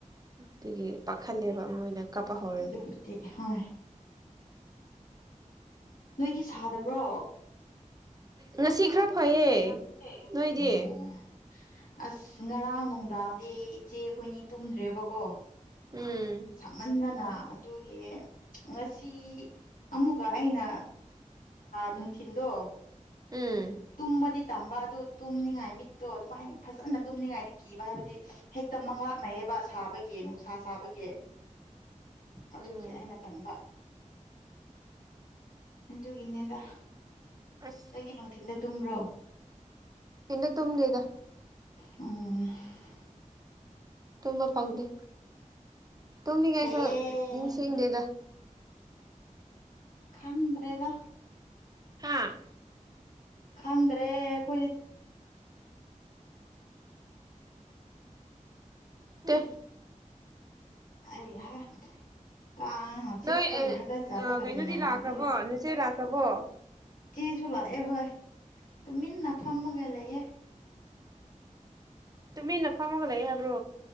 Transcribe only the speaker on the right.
ꯑꯗꯨꯒꯤ ꯄꯥꯈꯜꯂꯦꯕ ꯃꯣꯏꯅ ꯀꯥꯞꯄ ꯍꯧꯔꯦ
ꯉꯁꯤ ꯈꯔ ꯐꯩꯌꯦ
ꯅꯣꯏꯗꯤ
ꯎꯝ
ꯎꯝ
ꯎꯝ
ꯑꯁ
ꯅꯨꯡꯊꯤꯜꯗ ꯇꯨꯝꯗꯦꯗ
ꯇꯨꯝꯕ ꯐꯪꯗꯦ ꯇꯨꯝꯅꯤꯡꯉꯥꯏꯁꯨ
ꯅꯤꯡꯁꯤꯡꯗꯦꯗ
ꯍꯥꯥ
ꯇꯦ
ꯅꯣꯏ
ꯀꯩꯅꯣꯗꯤ
ꯂꯥꯛꯈ꯭ꯔꯕꯣ
ꯅꯆꯦ ꯂꯥꯛꯈ꯭ꯔꯕꯣ
ꯇꯨꯃꯤꯟꯅ ꯐꯝꯃꯒ ꯂꯩꯌꯦ ꯍꯥꯏꯕ꯭ꯔꯣ